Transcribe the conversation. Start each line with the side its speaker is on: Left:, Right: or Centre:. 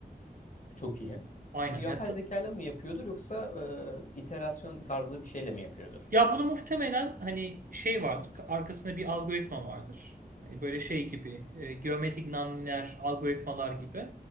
Left: Çok iyi.
Right: Aynen.
Left: Bunu yapay
Right: Ya, ta-
Left: zeka ile mi yapıyordur yoksa e, iterasyon tarzı bir şeyle mi yapıyordur?
Right: Ya bunu muhtemelen hani şey vardır, arkasında bir algoritma vardır. Hani böyle şey gibi, e, geometrik nonlinear algoritmalar gibi.